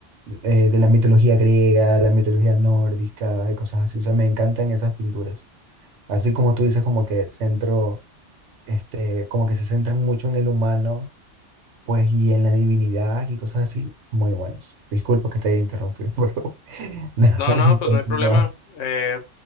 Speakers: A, on the right; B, on the left.
A: eh, de la mitología griega, la mitología nórdica y cosas así. O sea, me encantan esas pinturas. Así como tú dices, como que centro, este, como que se centran mucho en el humano, pues, y en la divinidad y cosas así. Muy buenas. Disculpa que te haya interrumpido, <laughs> pero <laughs> nada,
B: No, no, pues
A: continúa.
B: no hay problema. Eh,